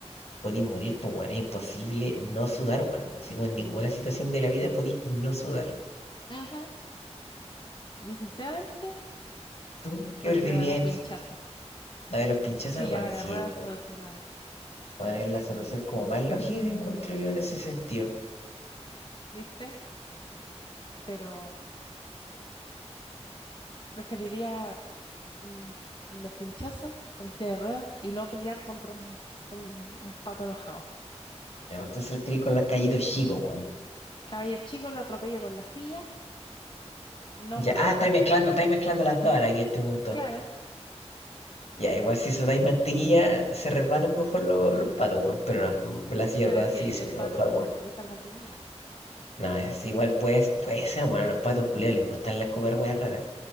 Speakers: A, on the left; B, on the left.
A: podéis morir, pues, weón. Es imposible no sudar, weón. Así, weón, en ninguna situación de la vida podéis no sudar.
B: Ujú. Yo sinceramente
A: ¿Tú qué
B: prefiero
A: preferirías
B: a los pinchazos.
A: en ese caso? La de los pinchazos,
B: Silla
A: weón, sí,
B: de ruedas
A: es
B: solucionado,
A: weón, es la solución como más lógica que encuentro yo en ese sentido.
B: ¿viste? Pero preferiría mm, los pinchazos con silla de ruedas y no pelear contra un, un- un pato enojado.
A: Me gusta hacer clic con los callitos chicos, weón.
B: Cabello chico lo atropello con la silla, no huelo
A: Ya, ah,
B: mantequilla.
A: estáis mezclando, estáis mezclando las dos ahora aquí a este punto.
B: Claro,
A: Ya, igual si sudáis mantequilla, se resbalan mejor los, los patos, weón. Pero no, la sierra
B: pero es que
A: sigue
B: el
A: siendo
B: pato
A: mejor,
B: quizás
A: weón.
B: le gusta la mantequilla.
A: No, es igual, pues, puede ser, weón. A los patos culiados les gustan las comer weas raras.